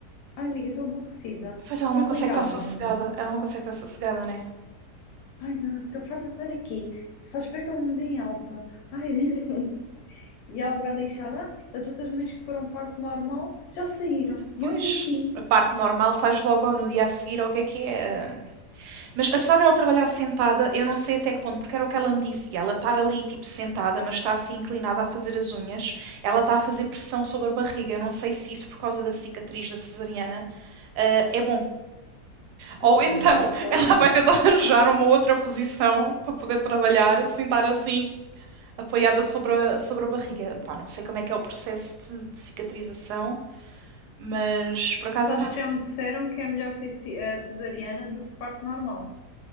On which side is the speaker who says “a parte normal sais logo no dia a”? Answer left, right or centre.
Right